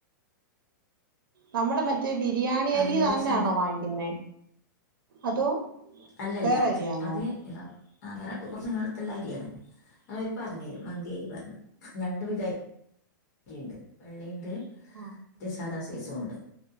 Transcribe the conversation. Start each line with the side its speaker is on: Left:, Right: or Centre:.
Right: നമ്മടെ മറ്റേ ബിരിയാണി
Left: അതിലേക്ക്
Right: അരി തന്നാണോ
Left: സൺ
Right: വാങ്ങി ക്ക്ന്നെ അതോ
Left: അല്ലല്ല
Right: വേറെ അരിയാന്നോ
Left: അത് എന്താ ആഹ് വേറെ കൊറച്ച് നീളത്തിൽല്ലെ അരിയാണ് അത് പറഞ്ഞ് മന്തിയരി പറഞ്ഞ് രണ്ട് വിധ അരിണ്ട് വെള്ളിണ്ട്
Right: ആഹ്
Left: മറ്റെ സാധാ സൈസുവുണ്ട്,